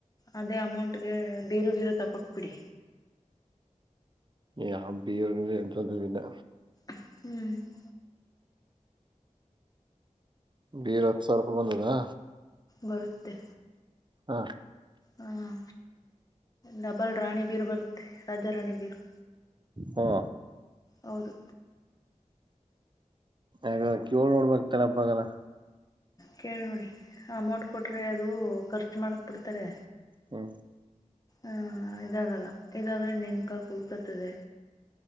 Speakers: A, on the left; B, on the right.
A: ಅದೇ ಅಮೌಂಟ್ ಗೆ ಬೇರೆದೇನೋ ತಕೊಟ್ಬಿಡಿ.
B: ಯಾ ಬೇರೆ ಯ್ತದ್ದು ಇಲ್ಲ.
A: ಹ್ಮ.
B: ಬೇರ ಹತ್ತು ಸಾವಿರ ರೂಪಾಯಿ ಬಂದದಾ,
A: ಬರುತ್ತೆ,
B: ಹಾ
A: ಹಾಂ ಡಬಲ್ ರಾಣಿ ಬೀರು ಬರುತ್ತೆ ರಾಜ ರಾಣಿ ಬೀರು
B: ಹ್ಮ
A: ಹೌದು
B: ಯ ಕೇಳಳ್ ನೋಡ್ಬಕ್ತಾರಪ್ಪಗಾರ
A: ಕೇಳಿ ನೋಡಿ ಅಮೌಂಟ್ ಕೊಟ್ರೆ ಅದು ಖರ್ಚು ಮಾಡಕ್ ಬಿಡ್ತಾರೆ
B: ಹ್ಮ್
A: ಆ ಇದಾಗಲ್ಲ ಇದಾದ್ರೆ ನೆನ್ಪಾ ಕೂತ್ಕತದೆ